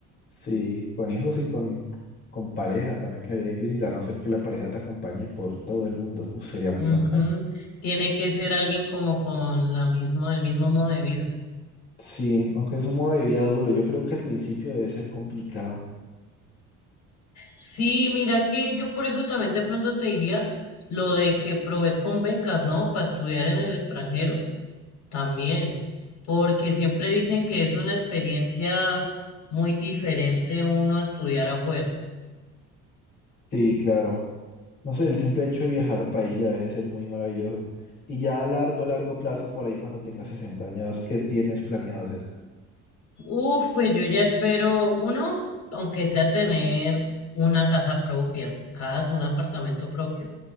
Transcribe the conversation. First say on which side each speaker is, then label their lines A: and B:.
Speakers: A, on the left; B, on the left.
A: Sí, con hijos y con, con pareja también quedaría difícil, a no ser que la pareja te acompañe por todo el mundo. Uf, sería muy
B: Ujú.
A: bacano.
B: Tiene que ser alguien como con la misma, el mismo modo de vida.
A: Sí, aunque es un modo de vida duro, yo creo que al principio debe ser complicado.
B: Sí, mira que yo por eso también de pronto te diría lo de que provees con becas, ¿no? Para estudiar en el extranjero también, porque siempre dicen que es una experiencia muy diferente uno estudiar afuera.
A: Sí, claro. No sé, el simple hecho de viajar para ahí ya debe ser muy maravilloso. Y ya a largo, largo plazo, por ahí cuando tengas 60 años, ¿qué tienes planeado hacer?
B: Uf, pues yo ya espero uno, aunque sea tener una casa propia, casa, un apartamento propio